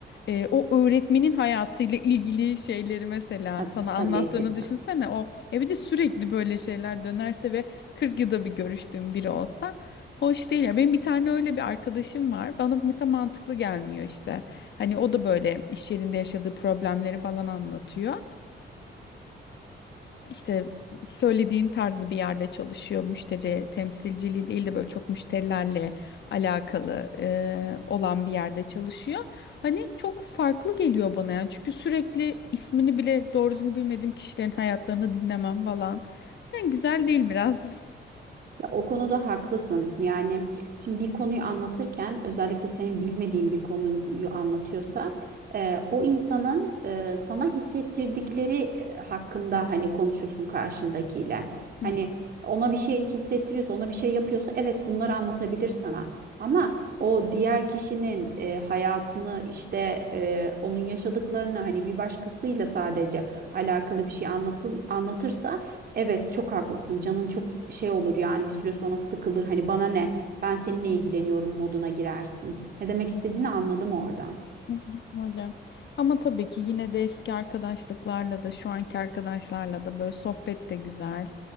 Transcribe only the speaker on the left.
e, o öğretmenin hayatıyla ilgili şeyleri mesela
sana anlattığını
düşünsene o ya bir de sürekli böyle şeyler dönerse ve 40 yılda bir görüştüğüm biri olsa hoş değil ya benim bir tane öyle bir arkadaşım var bana mesela mantıklı gelmiyor işte hani o da böyle iş yerinde yaşadığı problemleri falan anlatıyor işte söylediğin tarzı bir yerde çalışıyor. Müşteri temsilciliği değil de böyle çok müşterilerle alakalı e, olan bir yerde çalışıyor. Hani çok farklı geliyor bana yani. Çünkü sürekli ismini bile doğru düzgün bilmediğim kişilerin hayatlarını dinlemem falan. Yani güzel değil biraz.
<laughs>
Hı hı, Öyle. Ama tabii ki yine de eski arkadaşlıklarla da şu anki arkadaşlarla da böyle sohbet de güzel.